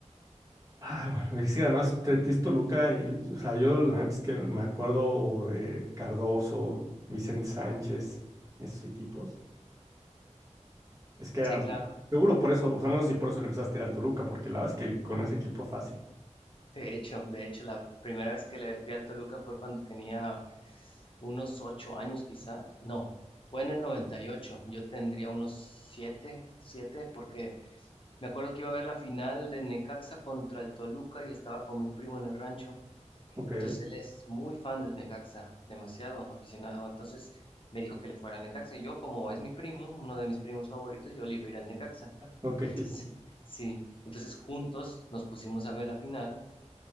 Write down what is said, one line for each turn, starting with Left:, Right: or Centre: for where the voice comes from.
Right: Ah, bueno, y sí, además, Tetis Toluca, y, el- o sea, yo la neta es que me acuerdo de Cardoso, Vicente Sánchez, esos equipos. Es que
Left: Sí,
Right: era,
Left: claro.
Right: seguro por eso, o sea, no sé si por eso le empezaste a ir al Toluca, porque la verdad es que con ese equipo fácil.
Left: De hecho, de hecho, la primera vez que le fui al Toluca fue cuando tenía unos ocho años quizá. No, fue en el 98. Yo tendría unos siete, siete, porque me acuerdo que iba a ver la final de Necaxa contra el Toluca y estaba con mi primo en el rancho.
Right: Ok,
Left: Entonces él es muy fan del Necaxa, demasiado aficionado. Entonces me dijo que le fuera al Necaxa. Y yo, como es mi primo, uno de mis primos favoritos, yo le iba a ir al Necaxa. <laughs>
Right: ok.
Left: Entonces, sí. Entonces juntos nos pusimos a ver la final.